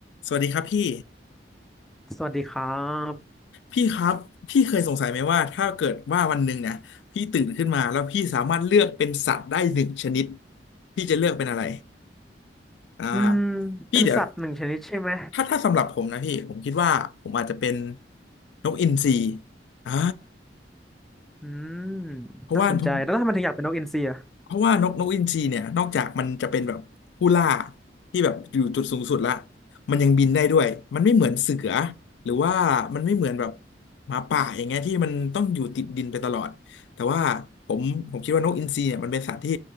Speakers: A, on the left; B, in the centre.
A: สวัสดีครับพี่
B: สวัสดีครับ
A: พี่ครับพี่เคยสงสัยไหมว่าถ้าเกิดว่าวันหนึ่งนะพี่ตื่นขึ้นมาแล้วพี่สามารถเลือกเป็นสัตว์ได้หนึ่งชนิดพี่จะเลือกเป็นอะไรอ่า
B: อืม
A: พี่เดี๋ยว
B: เป็นสัตว์หนึ่งชนิดใช่ไหม
A: ถ้าถ้าสำหรับผมนะพี่ผมคิดว่าผมอาจจะเป็นนกอินทรีอ่า
B: อืม
A: เพราะว่าผม
B: น่าสนใจ แล้วทำไมถึงอยากเป็นนกอินทรีอ่ะ
A: เพราะว่านกนกอินทรีเนี่ยนอกจากมันจะเป็นแบบผู้ล่าที่แบบอยู่จุดสูงสุดละมันยังบินได้ด้วยมันไม่เหมือนเสือหรือว่ามันไม่เหมือนแบบหมาป่าอย่างเงี้ยที่มันต้องอยู่ติดดินไปตลอดแต่ว่าผมผมคิดว่านกอินทรีเนี่ยมันเป็นสัตว์ที่